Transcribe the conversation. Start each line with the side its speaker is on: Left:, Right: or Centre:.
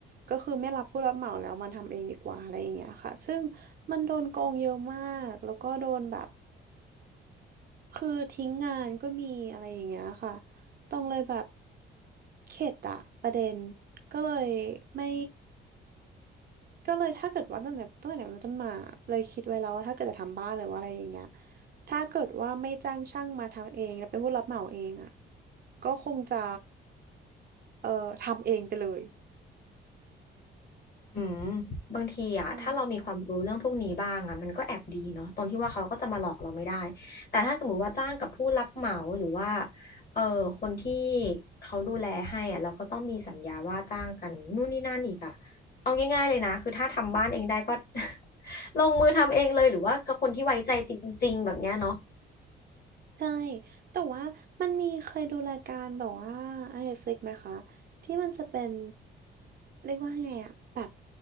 Right: ก็คือไม่รับผู้รับเหมาแล้วมาทำเองดีกว่าอะไรอย่างเงี้ยค่ะซึ่งมันโดนโกงเยอะมากแล้วก็โดนแบบคือทิ้งงานก็มีอะไรอย่างเงี้ยค่ะต้องเลยแบบเข็ดอะประเด็นก็เลยไม่ ก็เลยถ้าเกิดว่าตั้งแต่ตั้งแต่เป็นต้นมาเลยคิดไว้แล้วว่าถ้าเกิดจะทำบ้านหรือว่าอะไรอย่างเงี้ยถ้าเกิดว่าไม่จ้างช่างมาทำเองแล้วเป็นผู้รับเหมาเองอ่ะก็คงจะเอ่อทำเองไปเลย
Left: อืมบางทีอะถ้าเรามีความรู้เรื่องพวกนี้บ้างอะมันก็แอบดีเนาะตรงที่ว่าเขาก็จะมาหลอกเราไม่ได้
Right: ใช่
Left: แต่ถ้าสมมติว่าจ้างกับผู้รับเหมาหรือว่าเออคนที่เขาดูแลให้อะเราก็ต้องมีสัญญาว่าจ้างกันนู่นนี่นั่นอีกอะเอาง่ายๆเลยนะคือถ้าทำบ้านเองได้ก็ <laughs> ลงมือทำเองเลยหรือว่ากับคนที่ไว้ใจจริงๆแบบเนี้ยเนาะ
Right: ใช่แต่ว่ามันมีเคยดูรายการแบบว่าไอ n e ฟ f ิ i ไหมคะที่มันจะเป็นเรียกว่าไงอะแบบ